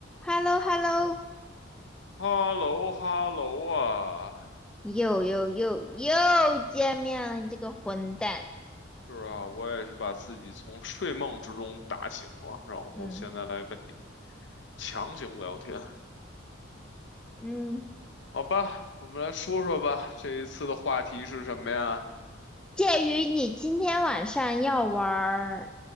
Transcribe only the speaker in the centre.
h e l l o h e l l o
又又又又见面了，你这个混蛋！
嗯，
嗯，
鉴于你今天晚上要玩